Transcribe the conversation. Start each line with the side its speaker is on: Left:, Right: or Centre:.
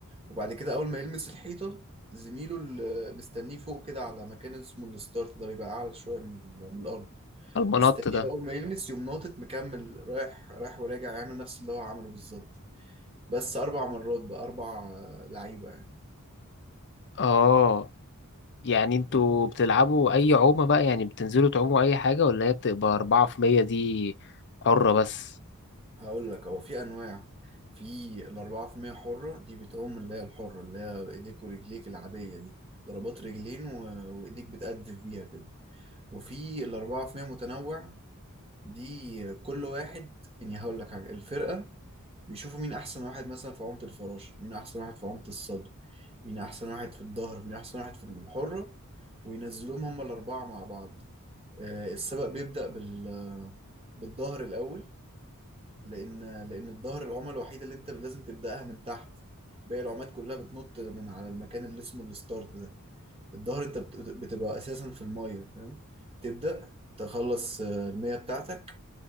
Right: وبعد كده اول ما يلمس الحيطه زميله اللي مستنيه فوق كده على مكان اسمه الستارت ده بيبقى اعلى شويه من, ال- من الارض
Left: المنط
Right: مستنيه
Left: ده
Right: اول ما يلمس يقوم ناطط مكمل رايح رايح وراجع يعمل نفس اللي هو عمله بالظبط بس اربع مرات بقى اربع آه، لعيبه يعني
Left: اه يعني انتوا
Right: فاهم؟
Left: بتلعبوا اي عومة بقى يعني بتنزلوا تعوموا اي حاجة ولا هي بتبقى اربعة في مية دي حرة بس
Right: هقول لك هو في انواع في الاربعه في مية حره دي بتعوم اللي هي الحره اللي هي ايديك ورجليك العاديه دي ضربات رجلين و... وايديك بتقدف بيها كده وفي الأربعة في مية متنوع دي كل واحد يعني هقول لك حاجة الفرقة بيشوفوا مين أحسن واحد مثلا في عمق الفراشة مين أحسن واحد في عمق الصدر مين أحسن واحد في الظهر مين أحسن واحد في الحرة وينزلوهم هما الأربعة مع بعض آه، السبق بيبدأ بال... بالظهر الأول لأن لأن الظهر العمى الوحيدة اللي أنت لازم تبدأها من تحت باقي العمات كلها بتنط من على المكان اللي اسمه الستارت ده الظهر أنت بت- بتبقى أساسا في المية فاهم تبدأ تخلص آه، المية بتاعتك